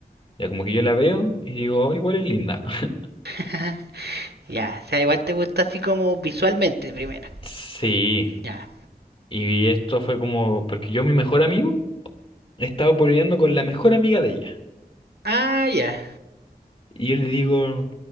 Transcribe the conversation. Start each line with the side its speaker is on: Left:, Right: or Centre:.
Left: ya como que yo la veo y digo, "Oh, igual es linda. <laughs>
Right: <laughs> Ya, o sea, igual te gusta así como visualmente primero.
Left: Sí,
Right: Ya.
Left: y esto fue como, porque yo mi mejor amigo estaba pololeando con la mejor amiga de ella.
Right: Ah, ya.
Left: Y yo le digo,